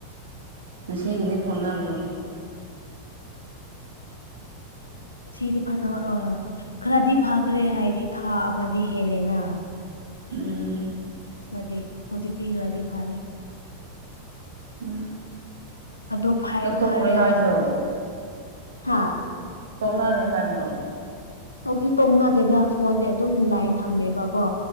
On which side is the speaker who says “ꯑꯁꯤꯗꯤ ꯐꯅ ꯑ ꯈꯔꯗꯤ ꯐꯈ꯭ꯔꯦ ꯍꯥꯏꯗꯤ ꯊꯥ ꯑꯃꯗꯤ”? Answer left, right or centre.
Left